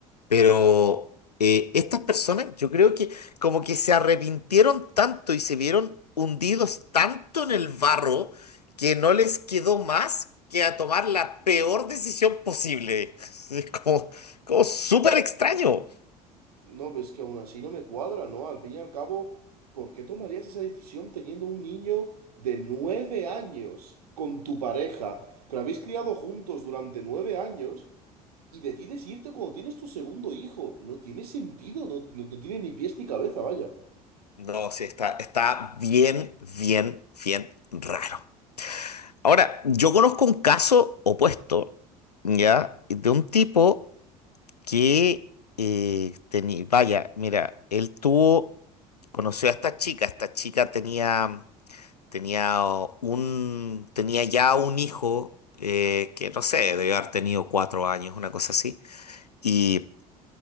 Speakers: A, on the left (about 80°); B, on the right (about 70°).
A: Pero eh, estas personas, yo creo que como que se arrepintieron tanto y se vieron hundidos tanto en el barro que no les quedó más que a tomar la peor decisión posible. <laughs> Es como, como súper extraño.
B: No, ves que aún así no me cuadra, ¿no? Al fin y al cabo, ¿por qué tomarías esa decisión teniendo un niño de nueve años con tu pareja, que lo habéis criado juntos durante nueve años, y decides irte cuando tienes tu segundo hijo? No tiene sentido, no, no no tiene ni pies ni cabeza, vaya.
A: No, sí, está, está bien, bien, bien raro. Ahora, yo conozco un caso opuesto, ¿ya? De un tipo que eh, teni- vaya, mira, él tuvo, conoció a esta chica, esta chica tenía, tenía oh, un, tenía ya un hijo eh, que no sé, debió haber tenido cuatro años, una cosa así, y